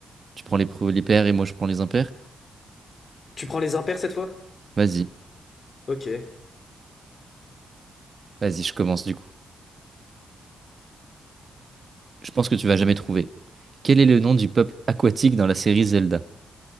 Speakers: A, on the right (about 50°); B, on the left (about 50°).
A: Tu prends les, pro- les pairs et moi je prends les impairs?
B: Tu prends les impairs cette fois?
A: Vas-y.
B: Ok.
A: Vas-y, je commence du coup. Je pense que tu vas jamais trouver. Quel est le nom du peuple aquatique dans la série Zelda?